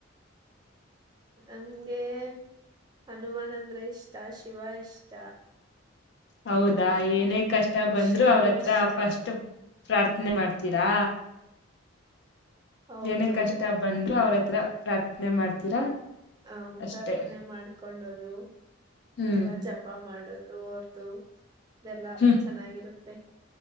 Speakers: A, on the right (about 20°); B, on the left (about 60°).
A: ನಮ್ಗೆ ಹನುಮಾನ್ ಅಂದ್ರೆ ಇಷ್ಟ ಶಿವ ಇಷ್ಟ
B: ಹೌದಾ
A: ಯಾರು
B: ಏನೇ ಕಷ್ಟ
A: ಕೃಷ್ಣನು
B: ಬಂದ್ರು ಅವ್ರತ್ರ
A: ಇಷ್ಟ
B: ಫಸ್ಟ್ ಪ್ರಾರ್ಥನೆ ಮಾಡ್ತೀರಾ
A: ಹೌದು
B: ಏನೇ ಕಷ್ಟ ಬಂದ್ರು ಅವ್ರತ್ ಹತ್ರ ಪ್ರಾರ್ಥನೆ ಮಾಡ್ತೀರಾ
A: ಹಾ
B: ಅಷ್ಟೇ
A: ಪ್ರಾರ್ಥನೆ ಮಾಡ್ಕೊಂಡೋದು
B: ಹ್ಮ್
A: ಎಲ್ಲ ಜಪ ಮಾಡೋದು ದು ಅವ್ರ್ದು ಇದೆಲ್ಲಾ
B: ಹ್ಮ್
A: ಚೆನ್ನಾಗಿರುತ್ ತ್ತೆ